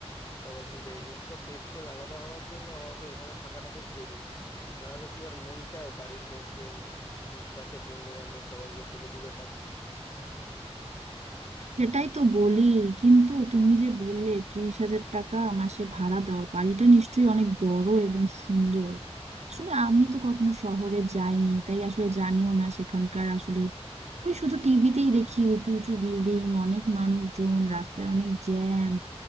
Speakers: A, on the left; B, on the right.
A: তারপর ভিলেজ এইসব পে স্কেল আলাদা হওয়ার জন্য আমাকে ওখানে থাকাটা খুব জরুরি না হলে কি আর মন চায় বাড়ির লোকজন উম, কাছের বন্ধু বান্ধব সবাইকে ছেড়ে দূরে থাকতে
B: সেটাই তো বলি কিন্তু তুমি যে বললে ত্রিশ হাজার টাকা মাসে ভাড়া দাও বাড়িটা নিশ্চয়ই অনেক বড় এবং সুন্দর আসলে আমি তো কখনো শহরে যাইনি তাই আসলে জানিও না সেখানকার আসলে ওই শুধু টিভিতেই দেখি উঁচু উঁচু বিল্ডিং অনেক মানুষজন রাস্তায় অনেক জ্যাম